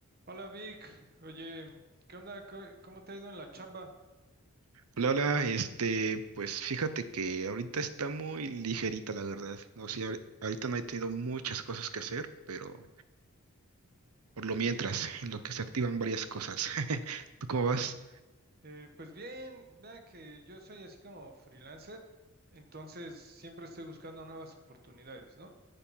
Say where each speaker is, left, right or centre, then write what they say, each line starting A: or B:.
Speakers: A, on the right; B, on the right.
A: Hola Vic, oye, ¿qué onda? ¿Cómo cómo te ha ido en la chamba?
B: Hola, hola, este, pues fíjate que ahorita está muy ligerita, la verdad. O sea, ahori- ahorita no he tenido muchas cosas que hacer, pero por lo mientras, en lo que se activan varias cosas. <laughs> ¿Tú cómo vas?
A: Eh, pues bien, vea que yo soy así como freelancer, entonces siempre estoy buscando nuevas oportunidades, ¿no?